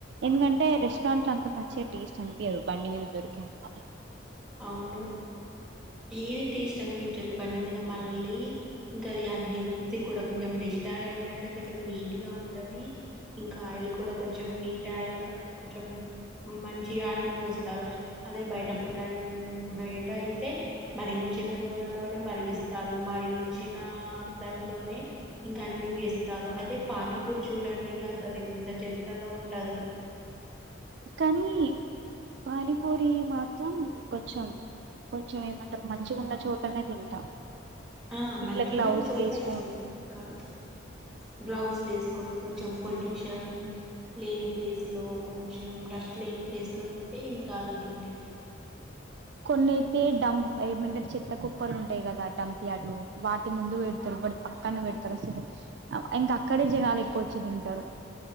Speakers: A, on the right (about 60°); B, in the centre.
A: ఎందుకంటే రెస్టారెంట్ లో అంతా మంచిగా టేస్ట్ అనిపియదు బండి మీ దొరికి అంత
B: అవును ఏది టేస్ట్ అనిపించదు బండి మీద మళ్ళీ ఇంకా అది అన్ హెల్తి కూడా కొంచెం రెస్టారెంట్ అంటే కొంచెం నీట్గా ఉంటది. ఇంకా ఆయిల్ కూడా కొంచెం నీట్ ఆయిల్ గా కొంచెం మంచిగా ఆయిల్ పూస్తారు. అదే బయట ఫుడ్ అన్
A: <inaudible>
B: బయట అయితే మరిగించిన నూనెలోనే మరిగిస్తారు మరిగించిన దాంట్లోనే ఇంకా అన్ని వేస్తారు. అదే పానీపూరీ చూడండి అసలు ఇంత చెత్ చత్తగా ఉంటదు.
A: కానీ పానీపూరి మాత్రం కొంచెం కొంచెం ఏమంటారు మంచిగా ఉన్న చోటనే తింటా
B: ఆ
A: ఇట్లా
B: మంచుకున్న
A: గ్లౌజులు
B: చోట
A: వేసుకొని
B: ఏం కాదు. గ్లౌస్ లు వేసుకొని కొంచెం పొల్యూషన్ లేని ప్లేస్ లో కొంచెం డస్ట్ లేని ప్లేస్ లో ఉంటే ఏం కాదు తింటే
A: కొన్ని అయితే డంప్ ఏమంటారు చెత్త కుప్పలు ఉంటాయి కదా డంప్ యాడ్లు వాటి ముందు పెడతారు వాటి పక్కన పెడతారు. అసలు ఇంకా అక్కడే జనాలు ఎక్కువ వచ్చి తింటారు.